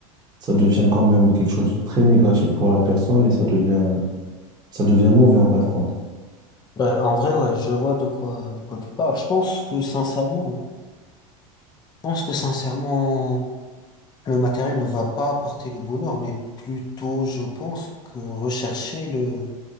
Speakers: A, on the right; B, on the left.
A: ça devient quand même quelque chose de très négatif pour la personne et ça devient, ça devient mauvais en fin de compte.
B: Ouais, en vrai, ouais, je vois de quoi, de quoi tu parles. Je pense que sincèrement, je pense que sincèrement, le matériel ne va pas apporter le bonheur, mais plutôt, je pense que rechercher le,